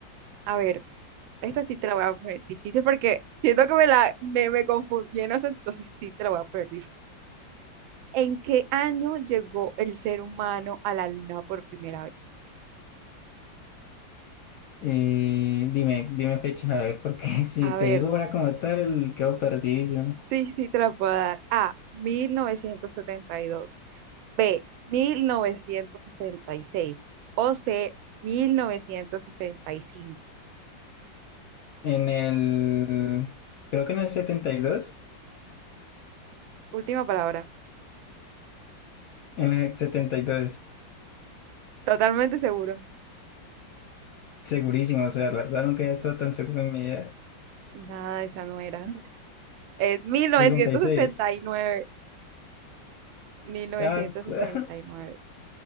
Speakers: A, on the right; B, on the left.
A: a ver, esta sí te la voy a poner difícil porque siento que me la me, me confundí en eso, entonces sí te la voy a poner difícil. ¿En qué año llegó el ser humano a la luna por primera vez?
B: Eh, dime, dime fechas, a ver, porque <laughs> si
A: A
B: te
A: ver,
B: digo una como tal, quedo perdido.
A: sí, sí te la puedo dar. A, 1972. B, 1966, o C, 1965.
B: En el. Creo que en el setenta y dos
A: Última palabra.
B: En el setenta y dos
A: Totalmente seguro.
B: Segurísimo, o sea, la verdad nunca he estado tan seguro en mi vida.
A: Nada, esa no era. Es mil mil novecientos
B: sesenta y seis
A: novecientos sesenta sesenta y nueve, mil novecientos
B: Ah, cu-
A: sesenta
B: <laughs>
A: y nueve.